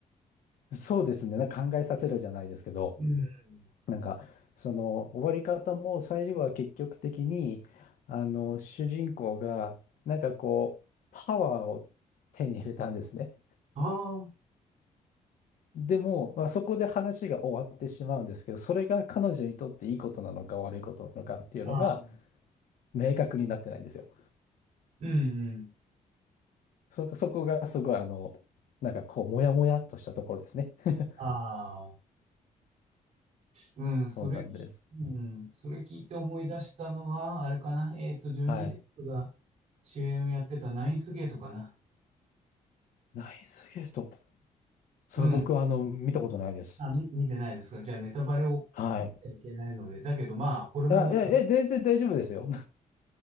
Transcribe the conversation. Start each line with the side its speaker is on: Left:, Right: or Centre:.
Left: そうですね。なんか考えさせるじゃないですけど、
Right: うん。
Left: なんか、その終わり方も最後は結局的に、あの、主人公が、なんかこう、パワーを手に入れたんですね。
Right: あ
Left: でも、まあ、そこで話が終わってしまうんですけど、それが彼女にとっていいことなのか悪いことなのかっていうのが
Right: あ、ああ、
Left: 明確になってないんですよ。
Right: うん、うん。
Left: そ、そこがすごいあの、なんかこう、もやもやっとしたところですね。<laughs>
Right: ああ。うん、
Left: そうなんです。
Right: それき、うん、それ聞いて思い出したのは、あれかな、えっと、ジョニー・
Left: はい。
Right: デップが主演をやってたナインスゲートかな。
Left: ナイスゲート。それ僕はあの、
Right: うん。
Left: 見たことないです。
Right: あ、み見てないですか。じゃあ、ネタバレを言っちゃいけないので。
Left: はい。
Right: だけど、まあ、これも、
Left: あ、え、え、全然大丈夫ですよ。